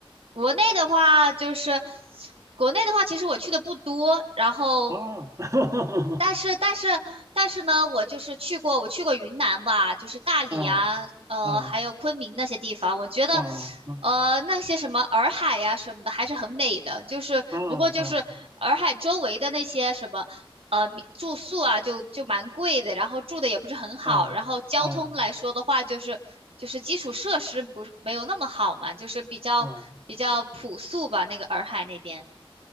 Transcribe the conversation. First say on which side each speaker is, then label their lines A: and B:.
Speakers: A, on the right; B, on the right.
A: 国内的话，就是国内的话，其实我去的不多，然后，
B: 啊，<laughs>
A: 但是但是但是呢，我就是去过，我去过云南吧，就是大理啊，
B: 啊
A: 呃，
B: 啊
A: 还有昆明那些地方，我觉得，
B: 啊啊啊
A: 呃，那些什么洱海呀、什么的还是很美的，就是不过就是洱海周围的那些什么。
B: 啊啊
A: 呃住宿啊就就蛮贵的，然后住的也不是很好，
B: 啊
A: 然后交通来说的话，
B: 啊
A: 就是就是基础设施不是没有那么好嘛，就是比较比较朴素吧，
B: 啊！嗯
A: 那个洱海那边。